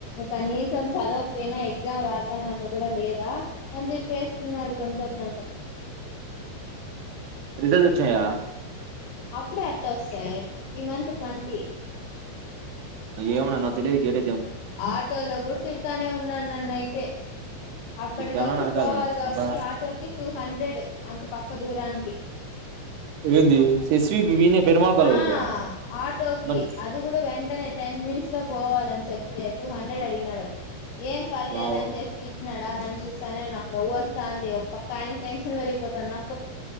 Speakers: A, on the left; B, on the right.
A: కనీసం చదువు వినైగ్ ద్దాం రాద్దాం అన్న కూడా లేదా అని చెప్పి వేసున్నాడు కొంచెం నన్ను
B: రిజల్టోచ్చాయా
A: అప్పుడే అట్లాస్య ఈ మంత్ ట్వంటీ
B: ఏమొ న నోత్తతె గడ
A: ఆటోలో కూడా తిడతానే ఉన్నాను నన్ను అయితే అప్పటికప్పుటికి
B: తిట్టాలనా నరకాలనా
A: పోవాలి కాబట్టి
B: అబ్బా
A: ఆటోకి టూ హండ్రెడ్ అంత పక్క దూరానికి
B: ఏంది ఎస్వి వీనే పెరుమాళ్ కాలేజ్
A: ఆ
B: కదా
A: ఆటోకి
B: మరి
A: అది కూడా వెంటనే టెన్ మినిట్స్ లో పోవాలని చెప్తే టూ హండ్రెడ్ అడిగినాడు ఏం పర్లేదని
B: వావ్
A: చెప్పిచ్చ ఉన్నాడా నన్ను చూస్తానే నాకు నవ్వు వస్తా అంది ఒక పక్క ఆయన టెన్షన్ పెరిగిపోతుంది ఆనా